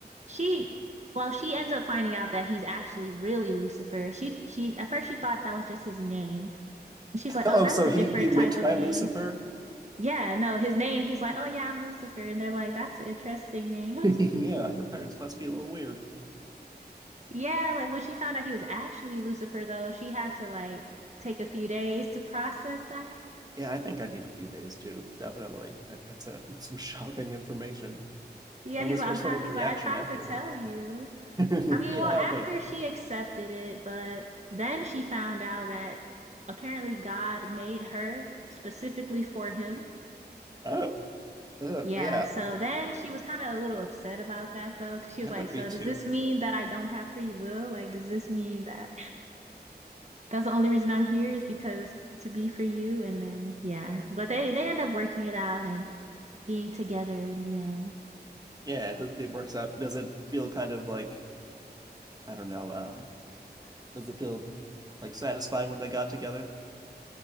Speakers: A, on the right; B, on the right.
A: she well, she ends up finding out that he's actually really Lucifer. She she at first she thought that was just his name. And she's like,
B: Oh,
A: "Oh, that's
B: so
A: a
B: he
A: different
B: he went
A: type of
B: by
A: name."
B: Lucifer? <laughs>
A: Yeah, no, his name, he's like, "Oh yeah, I'm Lucifer." And they're like, "That's an interesting name." <laughs>
B: Yeah, your parents must be a little weird.
A: Yeah, like when she found out he was actually Lucifer though, she had to like take a few days to process that.
B: Yeah, I think I need a few days too. Definitely. That's a, <laughs> some shocking information.
A: Yeah,
B: What
A: he's
B: was
A: like,
B: her
A: "I'm
B: sort
A: trying."
B: of
A: He's
B: reaction
A: like, "I tried
B: afterwards?
A: to tell you."
B: <laughs>
A: I mean,
B: Yeah,
A: well, after
B: but
A: she accepted it, but then she found out that apparently God made her specifically for him.
B: oh, uh,
A: Yeah,
B: yeah,
A: so then she was kind of a little upset about that though, because she
B: I
A: was
B: would
A: like, So
B: be too.
A: does this mean that I don't have free will? Like, does this mean that that's the only reason I'm here is because to be for you? And then, yeah, but they they end up working it out and being together in the end.
B: Yeah, it, it works out. Does it feel kind of like I don't know. Um, does it feel like satisfying when they got together?